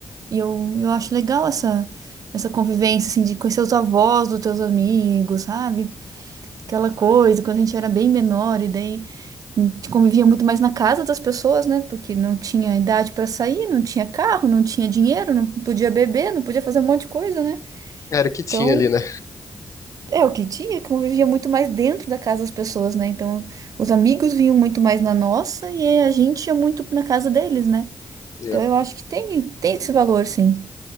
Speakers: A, on the right; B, on the left.
A: E eu, eu acho legal essa, essa convivência, assim, de conhecer os avós dos teus amigos, sabe? Aquela coisa, quando a gente era bem menor, e daí a gente convivia muito mais na casa das pessoas, né? Porque não tinha idade para sair, não tinha carro, não tinha dinheiro, não podia beber, não podia fazer um monte de coisa, né?
B: Era o que tinha
A: Então,
B: ali, né?
A: é o que tinha, convivia muito mais dentro da casa das pessoas, né? Então, os amigos vinham muito mais na nossa e a gente ia muito na casa deles, né?
B: É.
A: Então, eu acho que tem, tem esse valor, sim.